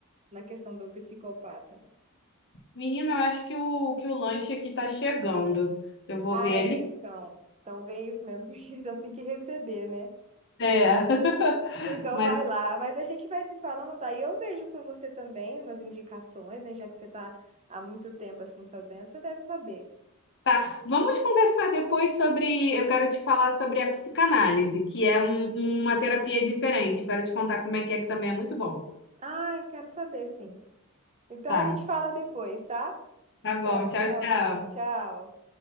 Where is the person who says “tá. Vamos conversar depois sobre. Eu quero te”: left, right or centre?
Left